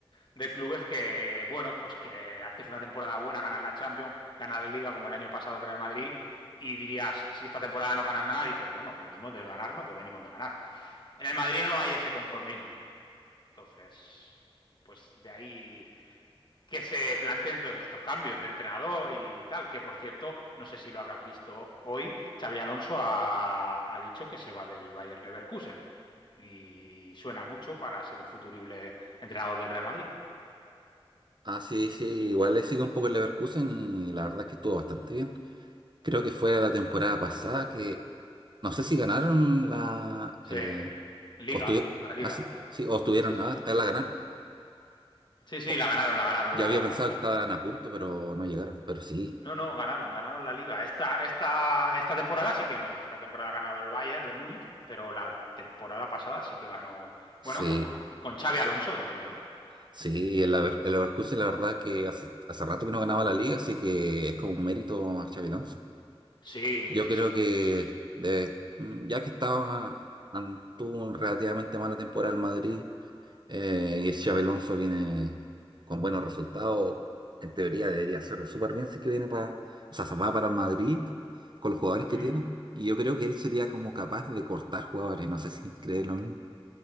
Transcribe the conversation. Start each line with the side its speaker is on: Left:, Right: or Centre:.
Left: de clubes que, bueno, pues que haces una temporada buena, ganas la Champions, ganas la Liga como el año pasado el Real Madrid y dirías, si esta temporada no ganas nada, dices, bueno, venimos de ganar lo que venimos de ganar. En el Madrid no hay ese conformismo. Entonces, pues de ahí que se planteen todos estos cambios de entrenador y tal, que por cierto, no sé si lo habrás visto hoy, Xavi Alonso ha, ha dicho que se va del Bayer Leverkusen y suena mucho para ser el futurible entrenador del Real Madrid.
Right: Ah, sí, sí, igual le sigue un poco el Leverkusen y la verdad es que estuvo bastante bien. Creo que fue la temporada pasada que, no sé si ganaron la,
Left: Sí,
Right: eh,
Left: Liga,
Right: o estuvieron,
Left: la Liga.
Right: ah, sí, sí, o estuvieron,
Left: Sí, sí,
Right: ah,
Left: sí.
Right: la ganaron.
Left: Sí, sí,
Right: O-
Left: la ganaron, la ganaron
Right: ya
Left: la,
Right: había
Left: la
Right: pensado
Left: Liga.
Right: que estaban a punto, pero no llegaron, pero sí.
Left: No, no, ganaron, ganaron la Liga. Esta, esta, esta temporada sí que no. Esta temporada ha ganado el Bayern de Múnich, pero la temporada pasada sí que ganó,
Right: Sí,
Left: bueno, con, con Xavi Alonso de entrenador.
Right: Sí, el, Lever- el Leverkusen la verdad que hace, hace rato que no ganaba la liga, así que es como un mérito a Xabi Alonso.
Left: Sí, muchísimo,
Right: Yo creo que
Left: muchísimo.
Right: de- mm, ya que estaba, an- tuvo un relativamente mala temporada el Madrid eh, y el Xabi Alonso viene con buenos resultados, en teoría debería hacerlo súper bien si es que viene para, o sea, se va para el Madrid con los jugadores que
Left: Hmm.
Right: tiene. Y yo creo que él sería como capaz de cortar jugadores, no sé si cree lo mismo.